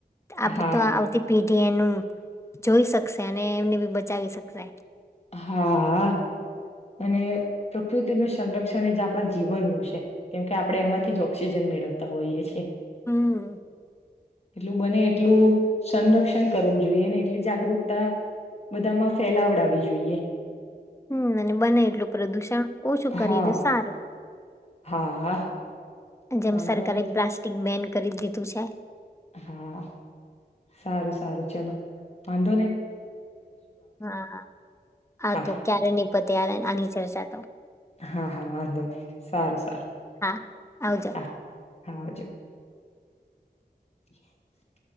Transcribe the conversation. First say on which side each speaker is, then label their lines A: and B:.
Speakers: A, on the left; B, on the left.
A: આપડે
B: હા
A: તો આવતી પીઢ એનું જોઈ શકશે અને એમને બી બચાવી શકશે.
B: હા અને પ્રકૃતિનું સંરક્ષણ એ જ આપણા જીવનનું છે, કેમકે આપણે એમાંથી જ ઓક્સિજન મેળવતા હોઈએ છીએ.
A: હમ.
B: એટલું બને એટલું સંરક્ષણ કરવું જોઈએ ને એટલી જાગૃતતા બધામાં ફેલાવડાવી જોઈએ. જોઈએ.
A: હમ અને બને એટલું પ્રદુષણ ઓછું કરીએ
B: હા
A: તો સારું.
B: હા હા
A: જેમ
B: વાંધો
A: સરકારે
B: નહી
A: પ્લાસ્ટિક બેન્ડ કરીજ દીધું છે.
B: હા! સારું-સારું ચલો વાંધો નઈ.
A: હા હા, આતો
B: હા
A: ક્યારેય નઈ પતે આ આની ચર્ચા તો
B: હા હા વાંધો નહી સારું સારું
A: હા આવજો.
B: હા હા આવજો <unintelligible>